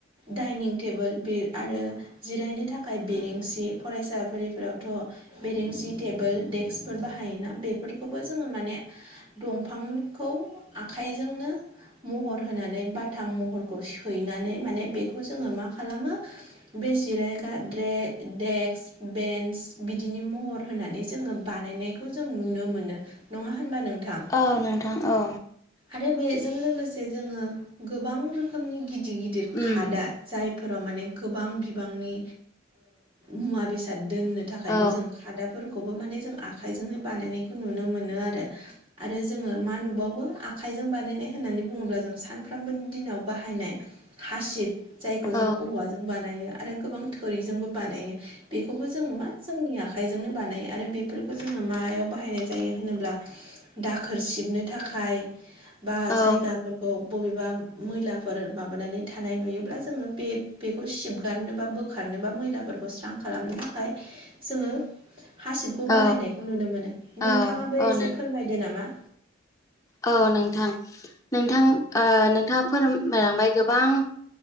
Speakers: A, on the right; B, on the left.
A: डाइनिं टेबोल बे आरो जिरायनो थाखाय बेरेंसि फरायसाफोरफोरावथ' बेरेंसि टेबोल दडेक्सफोर बाहायोना बेफोरखौबो जोङो माने दंफांखौ आखाइजोंनो महर होनानै बाथाम महरखौ सैनानै माने बेखौ जोङो मा खालामो बे जिरायग्राे देक्स बेन्स बिदिनि महर होनानै जोङो बानायनायखौ जों नुनो मोनो नङा होनबा नोंथां
B: औ नोंथां औ
A: आरो बेजों लोगोसे जोङो गोबां रोखोमनि गिदिर गिदिर
B: उम
A: खादा जायफोराव माने गोबां बिबांनि मुवा बेसाद दोननो थाखायबो
B: औ
A: जों खादाफोरखौबो माने जों आखाइजोंनो बानायनायखौ नुनो मोनो आरो आरो जोङो मा नुबावो आखाइजों बानायनाय होन्नानै बुङोब्ला जों सानफ्रामबोनि दिनाव बाहायनाय हासिब जायखौ
B: औ
A: जों औवाजों बानायो आरो गोबां थोरिजोंबो बानायो बेखौबो जोङो मा जोंनि आखायाव आखाइजोंनो बानायो आरो बेफोरखौ जोङो मायाव बाहायनाय जायो होनोब्ला। दाखोर सिबनो थाखाय बा
B: औ
A: जायगा फोरफोरखौ बबेबा मैलाफोर माबानानै थानाय नुयोब्ला जोङो बे बेखौ सिब हगारनो बा बोखारनोबा मैलाफोरखौ स्रां खालामनो थाखाय जोङो हासिबखौ
B: औ
A: बाहायनायखौ नुनो मोनो
B: औ
A: नोंथाङाबो
B: औ
A: एसे
B: नों
A: फोरमायदो नामा
B: औ नोंथां नोंथां नोंथाङा फोरमायलांबाय गोबां